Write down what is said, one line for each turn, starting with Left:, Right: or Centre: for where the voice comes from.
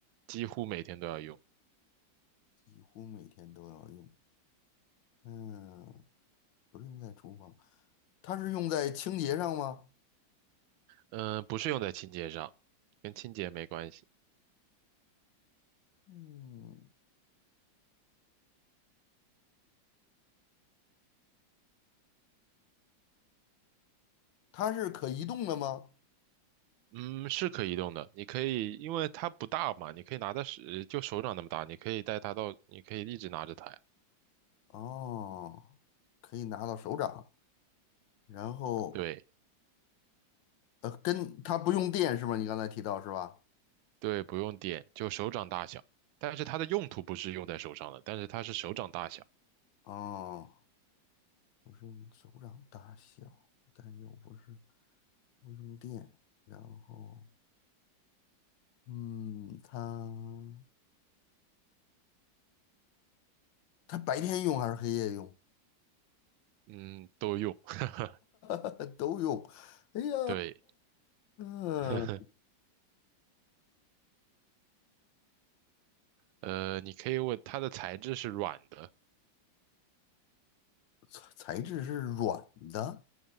Right: 几乎每天都要用。
Left: 几乎每天都要用。嗯，不是用在厨房，它是用在清洁上吗？
Right: 嗯、不是用在清洁上，跟清洁没关系。
Left: 嗯，它是可移动的吗？
Right: 嗯，是可以移动的。你可以，因为它不大嘛，你可以拿在手，就手掌那么大，你可以带它到，你可以一直拿着它呀。
Left: 哦，可以拿到手掌，然后
Right: 对
Left: 呃，跟它不用电是吗？你刚才提到是吧？
Right: 对，不用点，就手掌大小。但是它的用途不是用在手上的，但是它是手掌大小，
Left: 哦，不是用手掌大小，但又不是不用电，然后嗯，它它白天用还是黑夜用？
Right: 嗯，都用。<laughs>
Left: 呃，都用。哎呀，
Right: 对，
Left: 嗯、
Right: <laughs> 呵呵，呃，你可以问它的材质是软的，
Left: 材材质是软的。